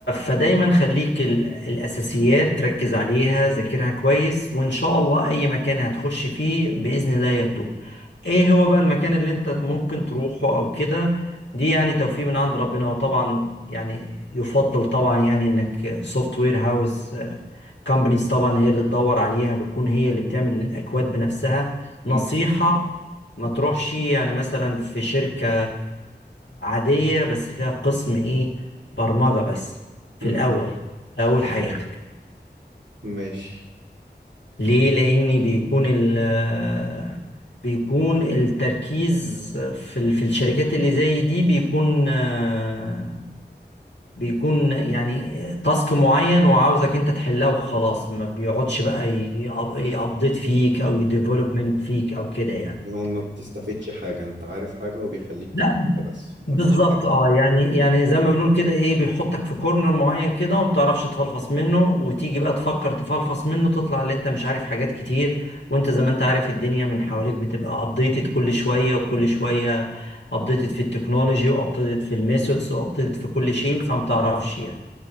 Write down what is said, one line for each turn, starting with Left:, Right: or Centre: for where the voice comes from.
Left: فدايما خليك ال... الأساسيات ركز عليها ذاكرها كويس وإن شاء الله أي مكان هتخش فيه بإذن الله ياخدوه إيه هو بقى المكان اللي أنت ممكن تروحه أو كده دي يعني توفيق من عند ربنا وطبعا يعني يفضل طبعا يعني إنك سوفت وير هاوس كومبانيز طبعا هي اللي تدور عليها بتكون هي اللي بتعمل الأكواد بنفسها
Right: مم،
Left: نصيحة ما تروحش يعني مثلا في شركة عادية بس فيها قسم ايه برمجة بس في
Right: مم.
Left: الأول في أول حياتك
Right: ماشي
Left: ليه؟ لأن بيكون ال آه، بيكون التركيز في ال- في الشركات اللي زي دي بيكون آه، بيكون يعني تاسك معين وعاوزك انت تحلها وخلاص ما بيقعدش بقى يابديت فيك او يديفلوبمنت فيك او كده يعني
Right: لو ما بتستفدش حاجة انت عارف حاجة وبيخليك تعملها
Left: لا
Right: بس ما
Left: بالظبط
Right: فيش حاجة
Left: اه يعني يعني زي ما بنقول كده ايه بيحطك في كورنر معين كده وما بتعرفش تفلفص منه وتيجي بقى تفكر تفلفص منه تطلع اللي انت مش عارف حاجات كتير وانت زي ما انت عارف الدنيا من حواليك بتبقى ابديتد كل شوية وكل شوية ابديتد في التكنولوجي وابديتد في الميثودز وابديتد في كل شيء فما بتعرفش يعني